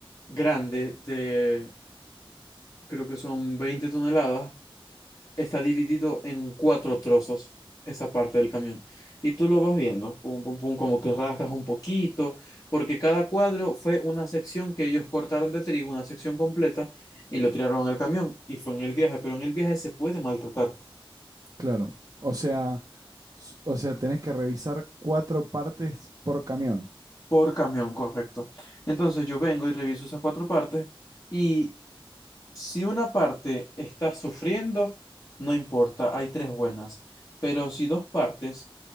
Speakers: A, on the left; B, on the right.
A: grande de, creo que son 20 toneladas, está dividido en cuatro trozos esa parte del camión. Y tú lo vas viendo, pum, pum, pum, como que rasgas un poquito, porque cada cuadro fue una sección que ellos cortaron de trigo, una sección completa, y lo tiraron al camión. Y fue en el viaje, pero en el viaje se puede maltratar
B: Claro. O sea, s- o sea, tenés que revisar cuatro partes por camión.
A: por camión, correcto. Entonces yo vengo y reviso esas cuatro partes, y si una parte está sufriendo, no importa, hay tres buenas. Pero si dos partes